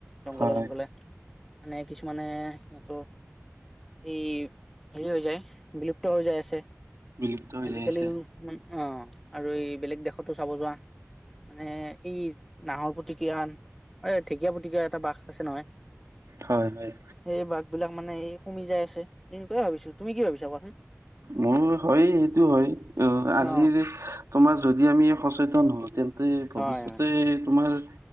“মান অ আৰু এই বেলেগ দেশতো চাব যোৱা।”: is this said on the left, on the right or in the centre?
Centre